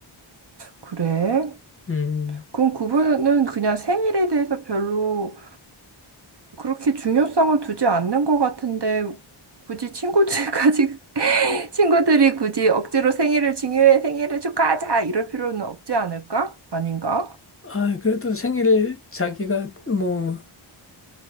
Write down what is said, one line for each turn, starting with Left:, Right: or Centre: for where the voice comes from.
Right: 그래?
Left: 음.
Right: 그럼 그분은 그냥 생일에 대해서 별로 그렇게 중요성을 두지 않는 것 같은데 굳이 친구들까지 <laughs> 친구들이 굳이 억지로 생일을 중요해 생일을 축하하자 이럴 필요는 없지 않을까? 아닌가?
Left: 아, 그래도 생일 자기가 뭐